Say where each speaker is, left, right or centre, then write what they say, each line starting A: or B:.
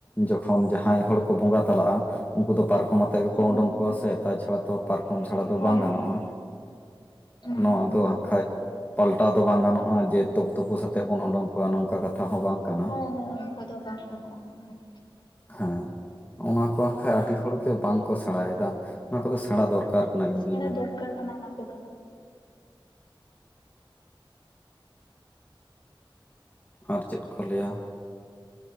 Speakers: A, on the left; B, on the left.
A: ᱡᱚᱠᱷᱚᱱ ᱡᱟᱦᱟᱸᱭ ᱦᱚᱲ ᱠᱚ ᱵᱚᱸᱜᱟ ᱛᱟᱞᱟᱜᱼᱟ ᱩᱱᱠᱩ ᱫᱚ ᱯᱟᱨ ᱠᱚᱢ ᱟᱛᱮᱫ ᱜᱮ
B: ᱦᱚᱸ
A: ᱠᱚ ᱚᱰᱳᱝ ᱠᱳᱣᱭᱟ ᱥᱮ ᱛᱟ ᱪᱷᱟᱲᱟ ᱯᱟᱨᱠᱚᱢ ᱪᱷᱟᱲᱟ ᱫᱚ
B: ᱦᱳᱭ
A: ᱵᱟᱝ ᱜᱟᱱᱚᱜᱼᱟ
B: ᱦᱳᱭ ᱦᱮᱸ
A: ᱱᱚᱣᱟ ᱫᱚ ᱦᱟᱸᱠᱷᱟᱡ ᱯᱟᱞᱴᱟᱣ ᱫᱚ ᱵᱟᱝ ᱜᱟᱱᱚᱜ᱾ ᱚᱱᱟ ᱡᱮ ᱛᱚᱠᱛᱚ ᱯᱳᱥ ᱟᱛᱮᱫ ᱵᱚᱱ ᱳᱰᱳᱝ ᱠᱚᱣᱟ ᱱᱚᱝᱠᱟ ᱠᱟᱛᱷᱟ ᱦᱚᱸ ᱵᱟᱝ᱾ ᱠᱟᱱᱟ
B: ᱦᱚᱸ ᱦᱚᱸ ᱚᱱᱠᱟ ᱫᱚ ᱵᱟᱝ ᱜᱟᱱᱚᱜᱼᱟ ᱦᱟᱸᱜ ᱠᱷᱟᱡ᱾
A: ᱦᱮᱸ ᱚᱱᱟ ᱠᱚ ᱦᱟᱸᱠᱷᱟᱡ ᱟᱹᱰᱤ ᱦᱚᱲᱜᱮ ᱵᱟᱝ ᱠᱚ ᱥᱮᱬᱟᱭᱮᱫᱟ ᱚᱱᱟ ᱠᱚᱫᱚ ᱥᱮᱬᱟ ᱫᱚᱨᱠᱟᱨ᱾ ᱠᱟᱱᱟ ᱤᱧ
B: ᱥᱮᱬᱟ
A: ᱫᱩᱧ ᱢᱮᱱᱟ
B: ᱫᱚᱨᱠᱟᱨ ᱠᱟᱱᱟ ᱚᱱᱟ ᱠᱚᱫᱚ ᱦᱟᱸᱜ᱾
A: ᱟᱨ ᱪᱮᱫ ᱠᱚ ᱞᱟᱹᱭᱟ